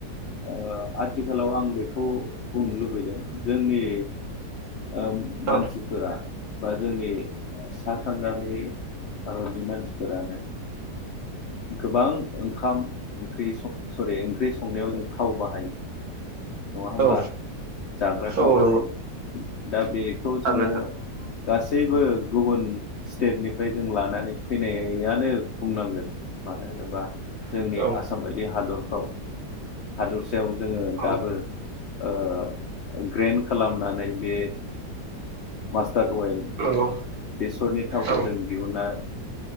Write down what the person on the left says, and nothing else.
ओ आथिखाल खालाव आं बेखौ बुंनो लुबैदों। जोंनि ओ
मानसिफोरा बा जोंनि सा सानजानि भारतनि मानसिफोरानो गोबां ओंखाम-ओंख्रि सरि ओंख्रि संनायाव जों थाव बाहायो। नङा होमबा
जाग्रा
थाव
बाहायो। दा बेखौ
जोङो गासैबो गुबुन स्टेटनिफ्राय जों लानानै फैनायानो। बुंनांगोन मानो होनोबा? जोंनि
आसाम बायदि हादर औ हादरसायाव जोङो दाबो
ओ ग्रेन खालामनानै बे मास्टार्ड अइेल
बेसरनि थावखौ
जों दिहुना